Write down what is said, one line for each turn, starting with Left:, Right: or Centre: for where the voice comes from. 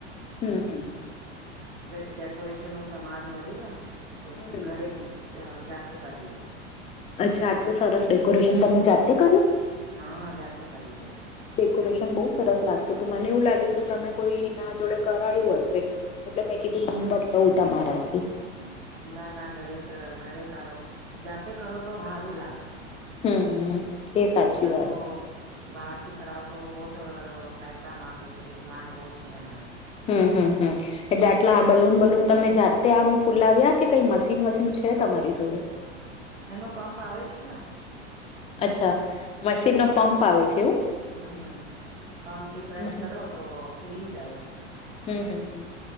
Left: હમ હમ હમ
Right: ડેકોરેશન નું સમાન મળ્યું ને તો
Left: હમ હમ.
Right: ઘરે કીધ જાતે કરી લીધું.
Left: અચ્છા આટલું સરસ ડેકોરેશન તમે જાતે કર્યું.
Right: હા જાતે કરી લીધું.
Left: ડેકોરેશન બહુ સરસ લાગતું તો મને એવું લાગ્યું કે તમે કોઈ એના જોડે કરાયું હશે. એટલે મેં કીધું નંબર લઉં ત મારાથી.
Right: હ ના ના ઘરે ઘરે કારો જાતે કરો તો સારું લાગે-
Left: હમ એ સાચી
Right: બીજા
Left: વાત
Right: તો-
Left: છે
Right: બહાર થી કરાવ તો બહત પૈસા માંગે છે ડિમાન્ડ બહુ છે. એના-
Left: હમ હમ હમ એટલે આટલા આ બલુન બલુન તમે જાતે આમ ફુલાવ્યા કે કઈ મશીન વશન છે તમારી જોડે- <inaudible> <unintelligible>
Right: એનો પંપ આવે છે ને-
Left: અચ્છા મશીન નો પંપ આવે છે એવું-
Right: હમ હમ પામપ થી પ્રેસ
Left: હમ
Right: કરો તો ફૂલી જાય-
Left: હમ
Right: બેલુન
Left: હમ હમ